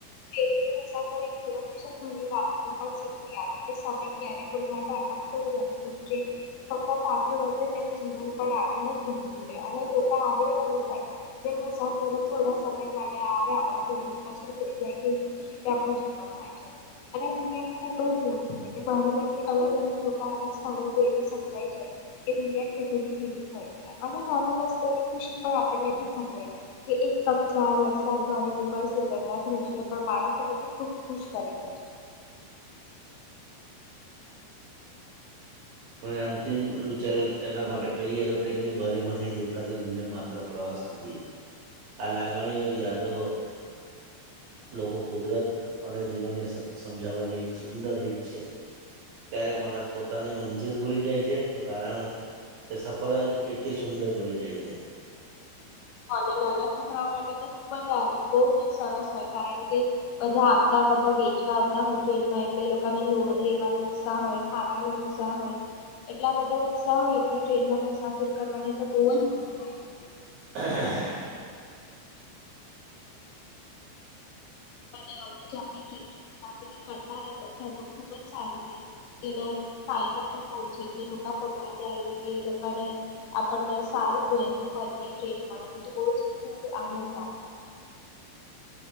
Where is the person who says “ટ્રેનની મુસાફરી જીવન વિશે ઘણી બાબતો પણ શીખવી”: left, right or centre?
Left